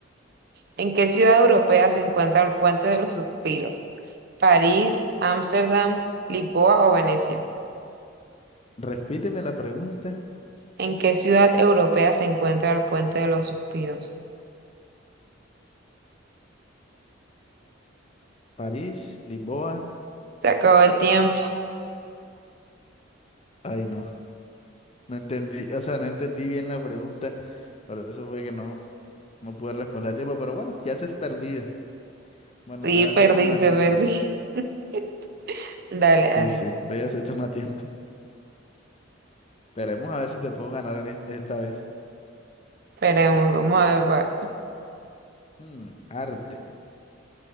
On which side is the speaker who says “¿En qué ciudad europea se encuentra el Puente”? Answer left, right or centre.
Right